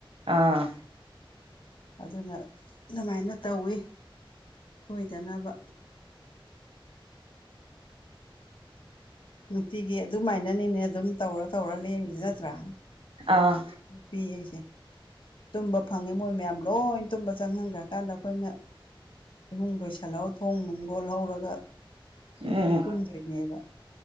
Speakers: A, on the right; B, on the left.
A: ꯑꯥ
B: ꯑꯗꯨꯅ ꯑꯗꯨꯃꯥꯏꯅ ꯇꯧꯋꯤ ꯁꯣꯏꯗꯅꯕ ꯅꯨꯡꯇꯤꯒꯤ ꯑꯗꯨꯃꯥꯏꯅꯅꯤꯅꯦ ꯑꯗꯨꯝ ꯇꯧꯔ ꯇꯧꯔ ꯂꯦꯡꯈꯤꯁꯤ ꯅꯠꯇ꯭ꯔꯥ
A: ꯑꯥ
B: ꯅꯨꯄꯤ ꯑꯩꯁꯦ ꯇꯨꯝꯕ ꯐꯪꯉꯦ ꯃꯣꯏ ꯃꯌꯥꯝ ꯂꯣꯏ ꯇꯨꯝꯕ ꯆꯪꯍꯟꯈ꯭ꯔꯒ ꯀꯥꯟꯗ ꯑꯩꯈꯣꯏꯅ ꯏꯃꯨꯡ ꯂꯣꯏꯁꯤꯜꯍꯧ ꯊꯣꯡ ꯅꯨꯡ ꯂꯣꯜꯍꯧꯔꯒ
A: ꯎꯝ
B: ꯇꯨꯝꯗꯣꯏꯅꯦꯕ